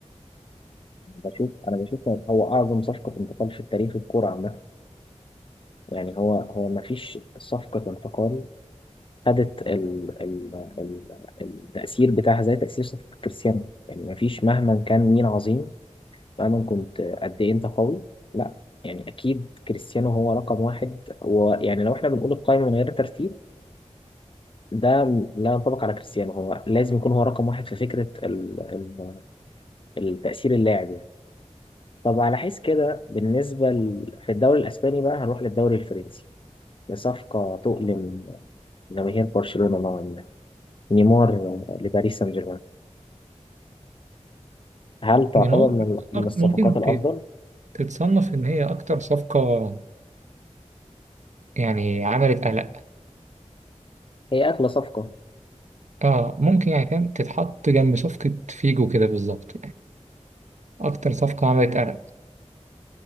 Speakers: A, on the left; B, on the right.
A: بشوف انا بشوف هو اعظم صفقه انتقال في التاريخ الكوره عامه يعني هو هو ما فيش صفقه انتقال خدت ال... ال... ال... التاثير بتاعها زي تاثير صفقه كريستيانو يعني ما فيش مهما كان مين عظيم مهما كنت قد ايه انت قوي لا يعني اكيد كريستيانو هو رقم واحد ويعني لو احنا بنقول القائمه من غير ترتيب ده م- لا ينطبق على كريستيانو هو لازم يكون هو رقم واحد في فكره ال ال التاثير اللاعب يعني طب على حيث كده بالنسبه ل... في الدوري الاسباني بقى هنروح للدوري الفرنسي لصفقه تؤلم جماهير برشلونه نوعا ما نيمار لباريس سان جيرمان هل تعتبر
B: نيمار
A: من من
B: أك-
A: الصفقات
B: ممكن
A: الافضل؟
B: ت- تتصنف إن هي أكتر صفقة يعني عملت قلق
A: هي اغلى صفقه
B: اه ممكن يعني فاهم تتحط جنب صفقة فيجو كده بالظبط أكتر صفقة عملت قلق